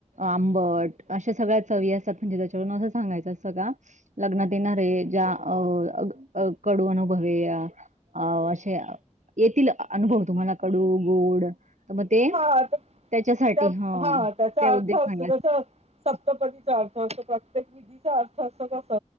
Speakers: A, on the right; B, on the right.
A: आंबट अशा सगळ्या चवी असतात म्हणजे त्याच्याकडून असं सांगायचं असतं का लग्नात येणार आहे ज्या अ कडू अनुभवे या अ असे येतील अनुभव तुम्हाला कडू गोड तर मग ते
B: हा आता
A: त्याच्यासाठी
B: त्या
A: हा
B: त्याचा
A: ते उद्देश
B: अर्थ असतो
A: म्हण्यासाठी
B: जसं सप्तपदीचा अर्थ असतो प्रत्येक विधीचा अर्थ असतो तस